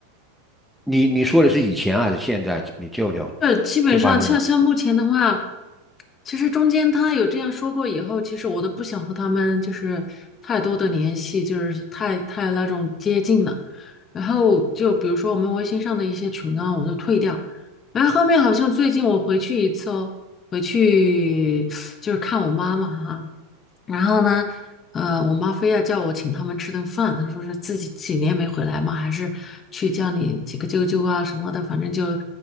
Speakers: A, in the centre; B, on the left.
A: 你你说的是以前还是现在？你舅舅
B: 这基本上像像目前的话，
A: 就发生的
B: 其实中间他有这样说过以后，其实我都不想和他们就是太多的联系，就是太太那种接近了。然后就比如说我们微信上的一些群啊，我都退掉。然后后面好像最近我回去一次哦，回去就是看我妈妈哈、然后呢，呃，我妈非要叫我请他们吃顿饭，她说是自己几年没回来嘛，还是去叫你几个舅舅啊什么的，反正就